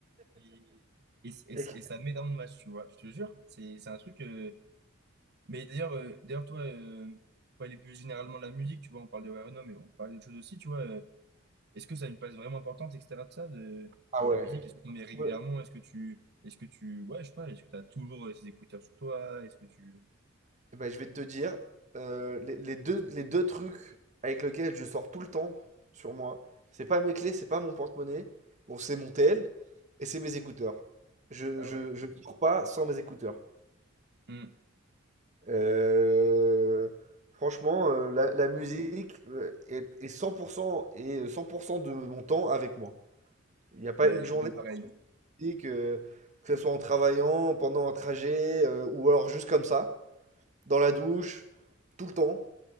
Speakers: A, on the right; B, on the right.
A: et, et, et,
B: Et-
A: et ça me met dans le match, tu vois. Je te jure, c'est c'est un truc. euh, Mais d'ailleurs, euh, d'ailleurs, toi, euh, pour aller plus généralement de la musique, tu vois, on parle de Renault, mais on parle d'autres choses aussi, tu vois. euh, Est-ce que ça a une place vraiment importante, etc. de ça, de
B: Ah ouais.
A: la musique? Est-ce que tu en mets régulièrement?
B: Ouais.
A: Est-ce que tu, est-ce que tu, ouais, je sais pas. Est-ce que t'as toujours euh, ces écouteurs sur toi? Est-ce que tu,
B: Eh ben, je vais te dire, euh, les, les deux, les deux trucs avec lesquels je sors tout le temps sur moi, c'est pas mes clés, c'est pas mon porte-monnaie, bon, c'est mon tel, et c'est mes écouteurs. Je,
A: bah
B: je,
A: ouais.
B: je sors pas sans mes écouteurs.
A: Mmh.
B: Euh, franchement, euh, la, la musique euh, est, est 100% et 100% de mon temps avec moi. Il n'y a pas
A: Euh,
B: une journée
A: moi, pareil.
B: de musique, euh, que ce soit en travaillant, pendant un trajet, euh, ou alors juste comme ça, dans la douche, tout le temps,